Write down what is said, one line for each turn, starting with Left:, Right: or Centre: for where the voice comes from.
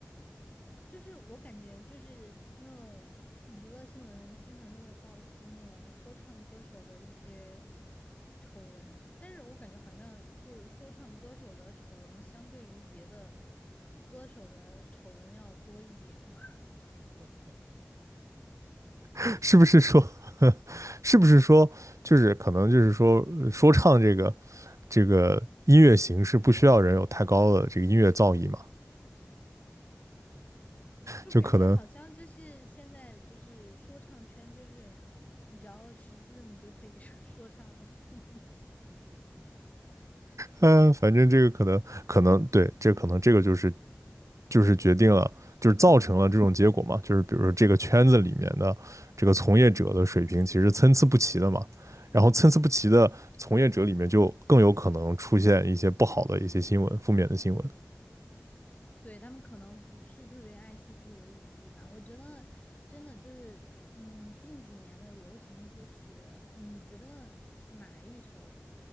Left: 就是我感觉就是那种娱乐新闻，经常就会爆出那种说唱歌手的一些丑闻，但是我感觉好像就是说唱歌手的丑闻，相对于别的歌手的丑闻要多一点，<laughs>
Right: <laughs> 是不是说是不是说就是可能就是说说唱这个这个音乐形式不需要人有太高的这个音乐造诣嘛？
Left: 就感觉好像就是现在就是说唱圈，
Right: 就可能
Left: 就是你只要识字，你就可以说 <laughs> 说唱。<laughs>
Right: 嗯、呃反正这个可能可能对，这可能这个就是就是决定了，就是造成了这种结果嘛，就是比如说这个圈子里面的这个从业者的水平其实参差不齐的嘛，然后参差不齐的从业者里面就更有可能出现一些不好的一些新闻，负面的新闻。
Left: 对，他们可能不是特别爱惜自己的语义吧。我觉得真的就是，嗯，近几年的流行歌曲，你觉得哪一首